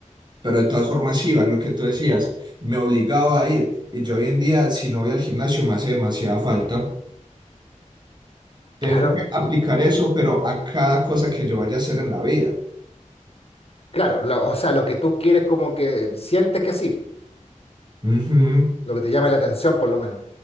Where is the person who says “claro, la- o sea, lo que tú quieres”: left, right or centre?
Left